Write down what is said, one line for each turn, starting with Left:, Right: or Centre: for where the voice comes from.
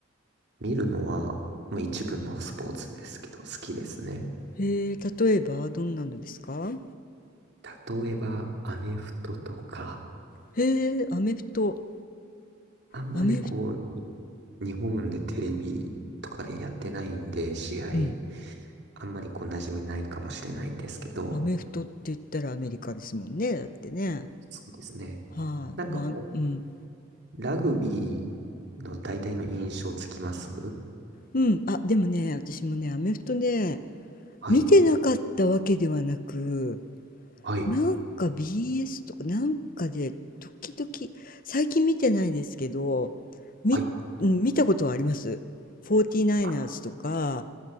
Right: 見るのは、まあ一部のスポーツですけど、好きですね。
Left: へえ、例えばどんなのですか
Right: 例えば、アメフトとか、
Left: へえ、アメフト。
Right: あんまりこう、
Left: アメフ、
Right: に日本でテレビとかでやってないんで、試合、
Left: うん。
Right: あんまりこう、馴染みないかもしれないんですけど、
Left: アメフトって言ったらアメリカですもんね。だってね。
Right: そうですね。
Left: はい、
Right: なんかこ
Left: まあ、うん。
Right: う、ラグビーの大体の印象つきます
Left: うん。あ、でもね、私もね、アメフトね、
Right: はい、
Left: 見てなかったわけではなく、
Right: はい、
Left: なんか BS とかなんかで時々最近見てないですけどみ、
Right: はい。
Left: うん見たことはあります。49ers
Right: あ、
Left: とか